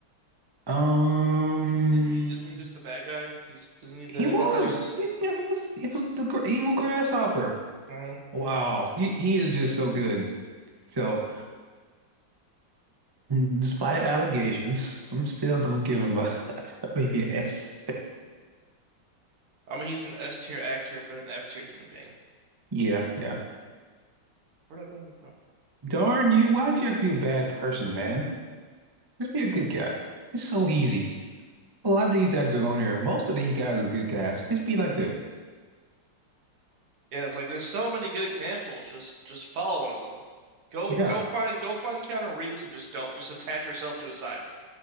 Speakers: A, on the right (about 25°); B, on the right (about 85°).
A: Um,
B: isn't he isn't he just the bad guy? He's isn't he the
A: he was.
B: antagonist?
A: He, yeah, he was. He was the gr evil grasshopper.
B: I don't know.
A: Wow. He he is just so good. So, mm, despite allegations, I'm still gonna give him a <laughs> maybe an S.
B: I mean, he's an S tier actor, but an F tier human being.
A: Yeah, yeah.
B: Where did I put him? Oh.
A: Darn you! Why'd you have to be a bad person, man? Just be a good guy. It's so easy. A lot of these actors on here, most of these guys are good guys. Just be like them.
B: Yeah, it's like there's so many good examples. Just just follow one of them. Go
A: Yeah.
B: go find go find Keanu Reeves and just don't just attach yourself to his side.